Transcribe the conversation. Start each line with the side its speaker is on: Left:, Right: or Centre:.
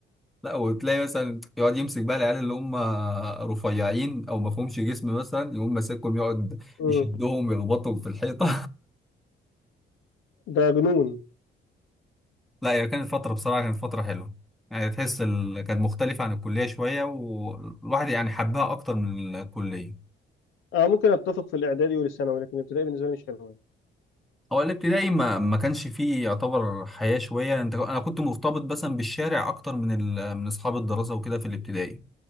Centre: لا وتلاقي مثلا يقعد يمسك بقى العيال اللي هم رفيعين او ما فيهمش جسم مثلا يقوم ماسكهم يقعد
Left: امم
Centre: يشدهم يربطهم في الحيطه
Left: ده جنون
Centre: <laughs> لا هي كانت فتره بصراحه كانت فتره حلوه يعني تحس ال... كانت مختلفه عن الكليه شويه والواحد يعني حبها اكتر من الكليه
Left: آه ممكن اتفق في الاعدادي والثانوي لكن الابتدائي بالنسبه لي مش حلوه
Centre: هو الابتدائي ما ما كانش فيه يعتبر حياه شويه انت انا كنت مرتبط مثلا بالشارع اكتر من ال... من اصحاب الدراسه وكده في الابتدائي